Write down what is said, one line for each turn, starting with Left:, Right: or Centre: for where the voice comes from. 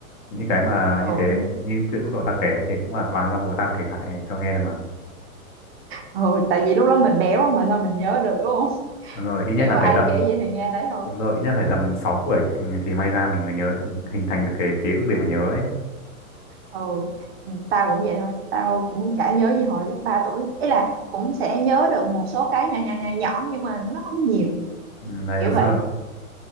Left: những cái mà
Right: ừ.
Left: như thế như chuyện lúc đầu tao kể ấy thì cũng là toàn do bố tao kể lại cho nghe thôi mà
Right: ừ tại vì lúc đó mình béo mà sao mình nhớ được đúng không
Left: đúng rồi ít nhất
Right: kiểu
Left: là
Right: ai
Left: phải tầm
Right: kể gì thì nghe đấy thôi
Left: đúng rồi ít nhất phải tầm 6 tuổi thì may ra mình mới nhớ được- hình thành được cái ký ức để mà nhớ ấy
Right: ừ Ừ, tao cũng vậy thôi tao cũng chả nhớ gì hồi lúc ba tuổi ý là cũng sẽ nhớ được một số cái nhỏ nhỏ nhỏ nhỏ nhưng mà nó không nhiều
Left: Ừ, đấy
Right: kiểu
Left: đúng
Right: vậy
Left: rồi